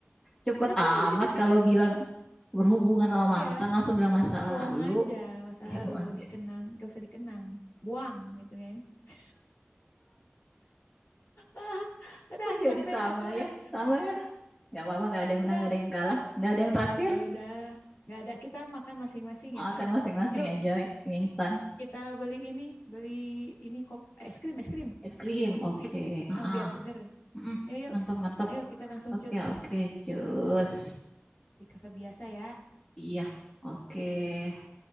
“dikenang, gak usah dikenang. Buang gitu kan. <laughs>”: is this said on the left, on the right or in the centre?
Left